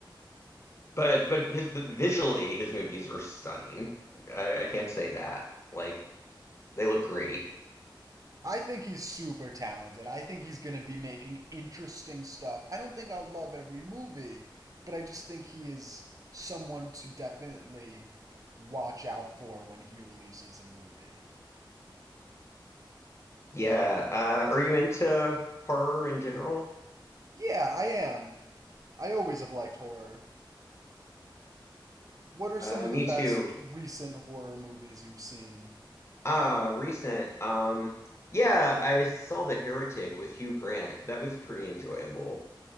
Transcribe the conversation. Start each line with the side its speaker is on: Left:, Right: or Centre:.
Left: But but his, the, visually, his movies are stunning. I, I can't say that. Like they look great.
Right: I think he's super talented. I think he's going to be making interesting stuff. I don't think I'll love every movie, but I just think he is someone to definitely watch out for when he releases a movie.
Left: Yeah. Uh, are you into horror in general?
Right: Yeah, I am. I always have liked horror. What are some
Left: Uh,
Right: of
Left: me
Right: the best
Left: too.
Right: recent horror movies you've seen?
Left: Uh, recent. Um, yeah, I saw The Heretic with Hugh Grant. That was pretty enjoyable.